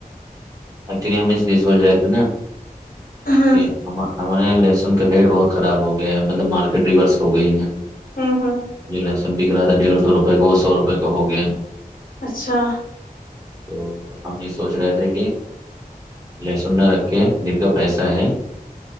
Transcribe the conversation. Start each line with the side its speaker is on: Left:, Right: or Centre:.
Right: ایکچولی ہم اس لیے سوچ رہے تھے نا
Left: ہ
Right: کہ ہم ف لہسن کا ریٹ بہت خراب ہو گیا ہے مطلب مارکیٹ ریورس ہو گئی ہے
Left: ھمم ھمم
Right: جی لہسن بکھ رہا تھا ڈیھ سوپئے کا وہ سو روپئے کا ہو گیا
Left: اچھا
Right: تو ہم یہ سوچ رہے تھے کہ ل سننا رکھے جن کا پیسہ ہے